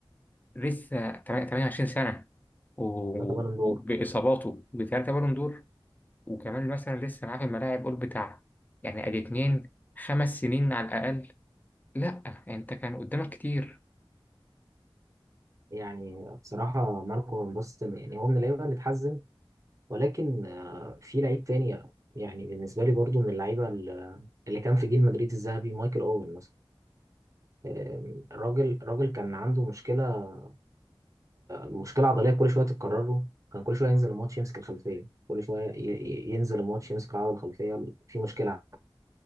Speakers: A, on the left; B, on the right.
A: لسه 28 سنة و-
B: ثلاثة بالون دور
A: وبإصاباته بثلاثة بالون دور وكمان مثلا لسه معاه في الملاعب قول بتاع يعني أدي اتنين خمس سنين على الأقل لأ يعني أنت كان قدامك كتير
B: يعني بصراحة ماركو فان باستن يعني هو من اللعيبة اللي اتحزن ولكن آه، في لعيب تاني يعني بالنسبة لي برضو من اللعيبة ال- اللي كان في جيل مدريد الذهبي مايكل أوين مثلا آم، الراجل الراجل كان عنده مشكلة مشكلة عضلية كل شوية تتكرر له كان كل شوية ينزل الماتش يمسك الخلفية كل شوية ي- ي- ينزل الماتش يمسك العضلة الخلفية في مشكلة